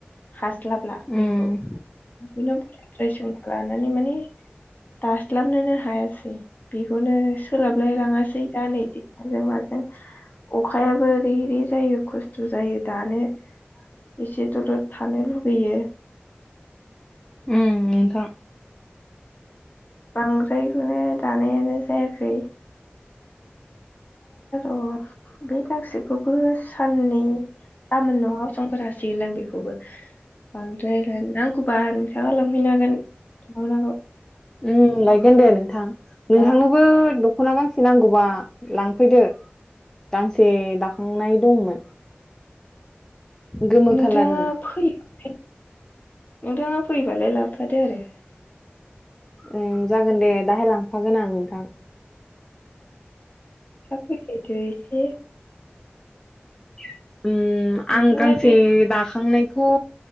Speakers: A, on the left; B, on the left.
A: हास्लाबला
B: उम
A: बेखौ। बिदिनो सोंना लानानै माने दास्लाबनोनो हायासै बेखौनो सोलाबलाय लाङासै दा नै अखाजों माजों अखायाबो रि रि जायो खस्थ' जायो दानो। एसे दलथ थानो लुबैयो बैयो
B: उम नोंथां।
A: बांद्रायखौनो दानायानो जायाखै। ओ र बे गासैखौबो साननै गामोन न'आव फोर हासिगोनदां बेखौबो। बांद्राय आं बा नोंथाङा लांफैनो हागोन। दखनाखौ
B: उम लायगोन दे नोंथां। नोंथांनोबो
A: दा
B: दख'ना गांसे नांगौबा लांफैदो, गांसे दाखांनाय दंमोन। गोमो
A: नोंथाङा
B: खालारनि
A: फैया खै नोंथाङा फैयोबालाय लाबो फादो आरो।
B: ओम जागोन दे दाहाय लांफागोन आं नोंथां।
A: थाब फैलाय दो एसे।
B: <unintelligible> ओम
A: नोंथाङालाय
B: आं गांसे
A: बे
B: दाखांनायखौ